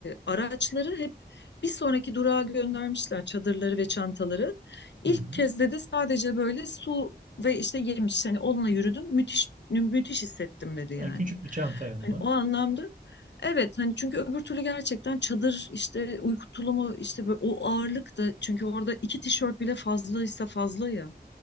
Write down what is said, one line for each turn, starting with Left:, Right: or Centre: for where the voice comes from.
Left: araçları hep bir sonraki durağa göndermişler çadırları ve çantaları. İlk
Right: Hı hı.
Left: kez dedi sadece böyle su ve işte yemiş hani onunla yürüdüm müthiş müthiş hissettim dedi yani.
Right: Yani küçük bir çanta yanına
Left: Hani o anlamda Evet hani çünkü öbür türlü gerçekten çadır işte uyku tulumu işte böyle o ağırlık da çünkü orada iki tişört bile fazlaysa fazla ya.